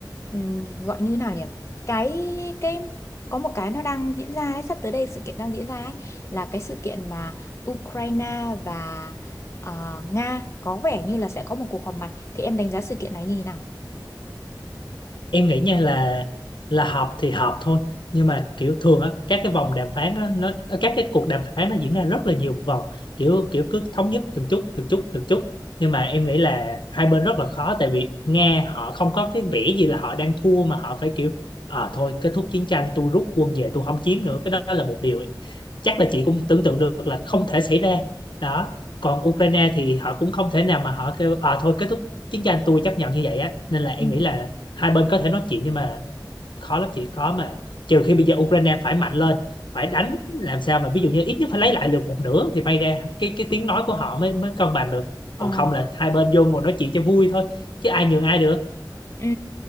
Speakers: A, on the left; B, on the left.
A: ừm, gọi như nào nhỉ cái cái có một cái nó đang diễn ra ấy, sắp tới đây sự kiện đang diễn ra ấy, là cái sự kiện mà Ukraine và ờ, Nga có vẻ như là sẽ có một cuộc họp mặt thì em đánh giá sự kiện này như thế nào?
B: em nghĩ nha là là họp thì họp thôi nhưng mà kiểu thường á các cái vòng đàm phán á nó ờ, các cái cuộc đàm phán nó diễn ra rất là nhiều vòng kiểu kiểu cứ thống nhất từng chút từng chút từng chút nhưng mà em nghĩ là hai bên rất là khó tại vì Nga họ không có cái vẻ gì là họ đang thua mà họ phải kiểu à thôi kết thúc chiến tranh tôi rút quân về tôi không chiếm nữa cái đó là một điều chắc là chị cũng tưởng tượng được là không
A: Ừ.
B: thể xảy ra đó còn Ukraine thì họ cũng không thể nào mà họ kêu à thôi kết thúc chiến tranh tôi chấp nhận như vậy á nên là em
A: Ừ.
B: nghĩ là hai bên có thể nói chuyện nhưng mà khó lắm chị khó mà trừ khi bây giờ Ukraine phải mạnh lên phải đánh làm sao mà ví dụ như ít nhất phải lấy lại được một nửa thì may ra cái cái tiếng nói của họ mới mới cân bằng được
A: Ừ.
B: còn không là hai bên vô ngồi nói chuyện cho vui thôi chứ ai nhường ai được
A: Ừ,